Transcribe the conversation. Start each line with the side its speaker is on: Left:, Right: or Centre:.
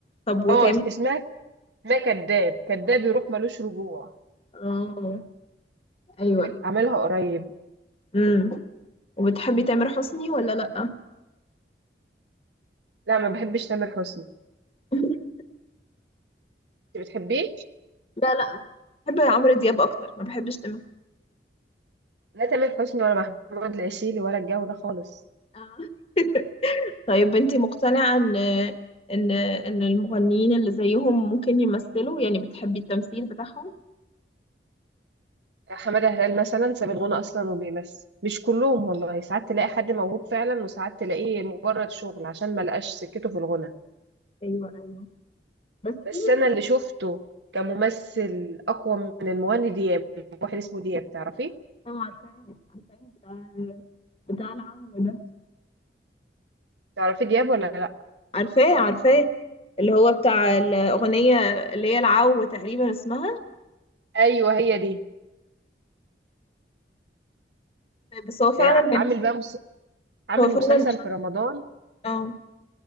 Left: طب وتامر
Right: اه اس- اسمها ما كذاب كذاب يروح ملوش رجوع
Left: اه ايوه
Right: عامل عاملها قريب
Left: امم وبتحبي تامر حسني ولا لأ
Right: لا ما بحبش تامر حسني
Left: <laughs>
Right: انت بتحبيه
Left: لا لا بحب عمرو دياب اكتر ما بحبش تامر حسني
Right: لا تامر حسني ولا محمود العسيلي ولا الجو ده خالص
Left: آه. طيب انتي مقتنعة ان ان ان المغنيين اللي زيهم ممكن يمثلوا يعني بتحبي التمثيل بتاعهم
Right: حمادة هلال مثلا ساب الغنى اصلا وبيمثل مش كلهم والله ساعات تلاقي حد موهوب فعلا وساعات تلاقيه مجرد شغل عشان ما لقاش سكته في الغنى
Left: ايوه ايوه بس في
Right: بس
Left: منهم
Right: انا اللي شفته كممثل اقوى من المغني دياب واحد اسمه دياب تعرفيه
Left: اه عارفاه عارفاه بتاع بتاع العم ده
Right: تعرفي دياب ولا لا
Left: عارفاه عارفاه اللي هو بتاع الأغنية اللي هي العو تقريبا اسمها
Right: ايوه هي دي
Left: بس هو فعلا
Right: إيه،
Left: ممثل
Right: عامل بقى مس... عامل
Left: هو فعلا
Right: مسلسل في رمضان
Left: اه